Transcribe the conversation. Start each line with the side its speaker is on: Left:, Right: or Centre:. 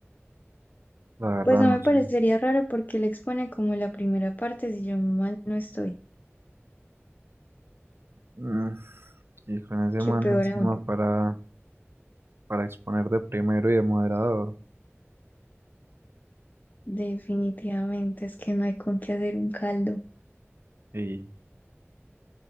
Right: la verdad,
Left: Pues no
Right: no
Left: me
Right: sé.
Left: parecería raro porque él expone como la primera parte, si yo mal no estoy,
Right: Mm, Y con ese
Left: que
Right: man
Left: peor
Right: encima
Left: aún.
Right: para, para exponer de primero y de moderador.
Left: Definitivamente es que no hay con qué hacer un caldo.
Right: Y